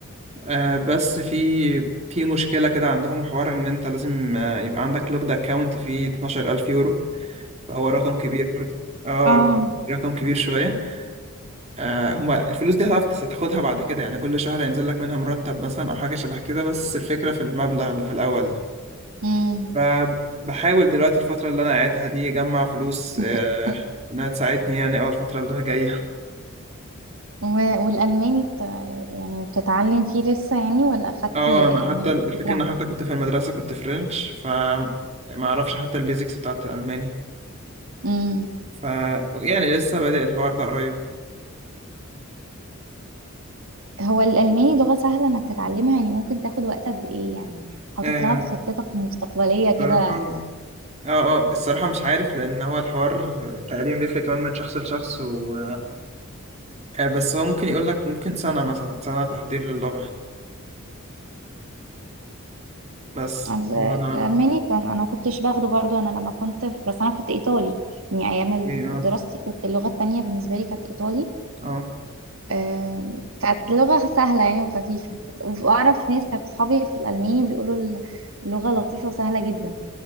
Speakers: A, on the right; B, on the right.
A: آه بس في في مشكلة كده عندهم حوار إن أنت لازم آه يبقى عندك لوكد أكاونت فيه 12000 يورو فهو رقم كبير برضه اه
B: اه
A: رقم كبير شوية آه هما الفلوس دي هتعرف تس- تاخدها بعد كده يعني كل شهر هينزل لك منها مرتب مثلا أو حاجة شبه كده بس الفكرة في المبلغ اللي في الأول ده
B: امم
A: فبحاول دلوقتي الفترة اللي أنا قاعدها دي أجمع فلوس
B: <laughs>
A: آه إنها تساعدني يعني أول الفترة اللي جاية
B: و- والألماني بت... يعني بتتعلم فيه لسه يعني ولا أخدت
A: اه انا
B: يعني
A: حتى الفكره
B: فكرة عنه
A: ان حتى كنت في المدرسه كنت فرنش ف ما اعرفش حتى البيزكس بتاعت الالماني
B: امم
A: ف يعني لسه بادئ الحوار ده قريب
B: هو الألماني لغة سهلة إنك تتعلمها يعني ممكن تاخد وقت قد إيه يعني حاطط
A: آه
B: لها في خطتك المستقبلية كده
A: الصراحه اه اه الصراحه مش عارف لان هو الحوار تقريبا بيفرق كمان من شخص لشخص و... آه بس هو ممكن يقول لك ممكن سنه مثلا سنه تحضير للغه بس
B: ال-
A: ده اللي انا اعرفه
B: الألماني كان أنا ما كنتش باخده برضو أنا لما كنت في بس أنا كنت إيطالي يعني أيام ال-
A: ايه اه
B: دراستي كنت اللغة التانية بالنسبة لي كانت إيطالي
A: اه
B: آم، كانت لغة سهلة يعني وخفيفة وأعرف ناس كانت صحابي في الألماني بيقولوا ال- اللغة لطيفة وسهلة جدا